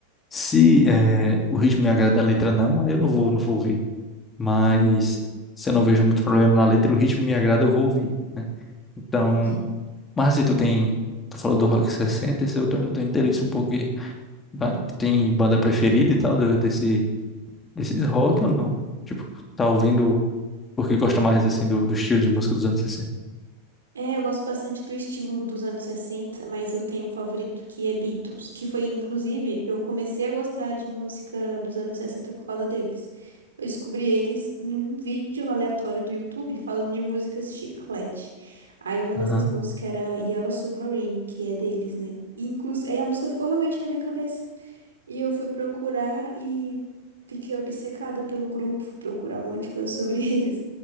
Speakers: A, on the left; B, on the right.
A: Se eh, o ritmo me agrada e a letra não, aí eu não vou, não vou ouvir. mas
B: Uhum.
A: se eu não vejo muito problema na letra e o ritmo me agrada, eu vou ouvir, né? Então,
B: Entendi.
A: mas se tu tem, tu falou do Rock sessenta se eu tenho, eu tenho interesse um pouco, em- vai- tem banda preferida e tal do- desse, desse rock ou não? Tipo, tá ouvindo porque gosta mais, assim, do, do estilo de música dos anos sessenta
B: É, eu gosto bastante do estilo dos anos 60, mas eu tenho um favorito que é Beatles, que foi, inclusive, eu comecei a gostar de música dos anos 60 por causa deles. Eu descobri eles num vídeo aleatório do YouTube falando de músicas chiclete. Aí uma
A: Aham,
B: dessas músicas era Yellow Submarine, que é deles, né? E inclusive, aí a música ficou realmente na minha cabeça. E eu fui procurar e fiquei obcecada pelo grupo, fui procurar um monte de coisa sobre <laughs> eles.